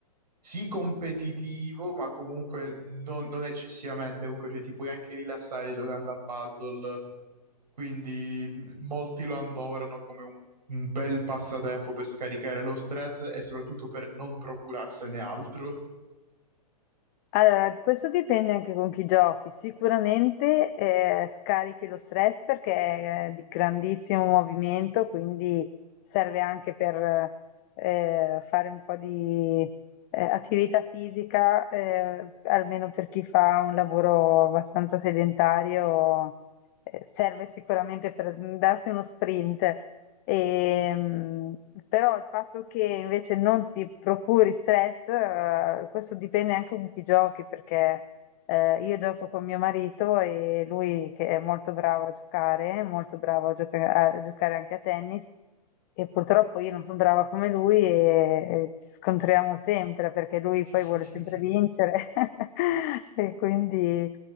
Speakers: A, on the right (about 80°); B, on the left (about 25°).
A: sì competitivo, ma comunque non, non eccessivamente, comunque cioè, ti puoi anche rilassare giocando a paddle, quindi mh, molti lo annoverano come un, un bel passatempo per scaricare lo stress e soprattutto per non procurarsene altro.
B: Allora, questo dipende anche con chi giochi. Sicuramente eh, scarichi lo stress perché è eh, di grandissimo movimento, quindi serve anche per eh, fare un po' di eh, attività fisica, eh, almeno per chi fa un lavoro abbastanza sedentario, eh, serve sicuramente per mm, darsi uno sprint. Ehm, però il fatto che invece non ti procuri stress, eh, questo dipende anche con chi giochi, perché eh, io gioco con mio marito e lui che è molto bravo a giocare, molto bravo a, gioca- a giocare anche a tennis, e purtroppo io non sono brava come lui e, e ci scontriamo sempre perché lui
A: <laughs>
B: poi vuole sempre vincere. <laughs> E quindi